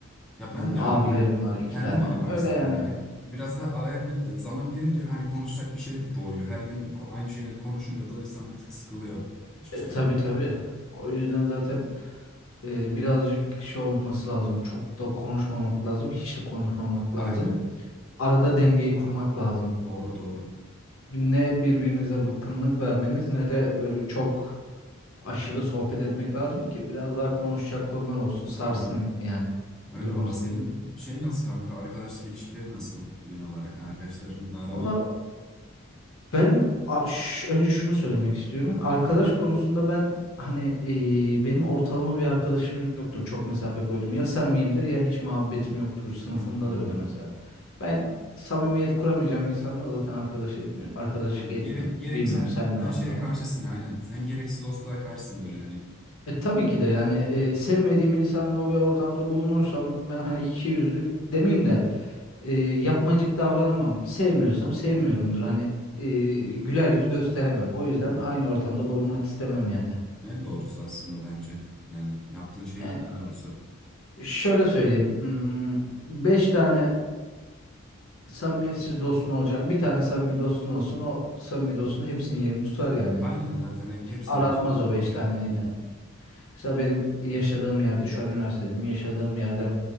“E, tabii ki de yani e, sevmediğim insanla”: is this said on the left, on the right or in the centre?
Left